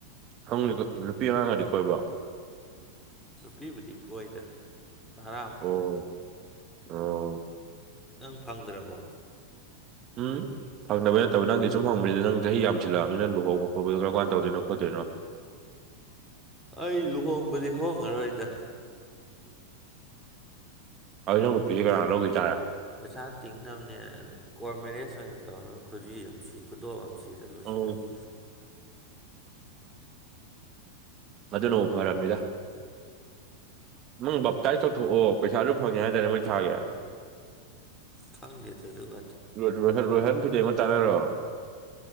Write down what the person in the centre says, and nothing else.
ꯅꯨꯄꯤꯕꯨꯗꯤ ꯀꯣꯏꯗ ꯇꯔꯥꯃꯨꯛ
ꯀꯣꯏ
ꯅꯪ ꯐꯪꯗ꯭ꯔꯕꯣ
ꯑꯩ ꯂꯨꯍꯣꯡꯕꯗꯤ ꯍꯣꯡꯉꯔꯣꯏꯗ
ꯄꯩꯁꯥ ꯇꯤꯡꯅꯝꯅꯦ ꯀꯣꯔꯠ ꯃꯦꯔꯦꯖ ꯑꯣꯏꯅ ꯇꯧꯔꯒ ꯈꯨꯖꯤ ꯑꯝ ꯁꯤ ꯈꯨꯗꯣꯞ ꯑꯝ ꯁꯤ ꯇ ꯂꯣꯏꯁꯜ
ꯂꯅꯤ
ꯈꯪꯗꯦꯗ ꯑꯗꯨꯒꯗꯤ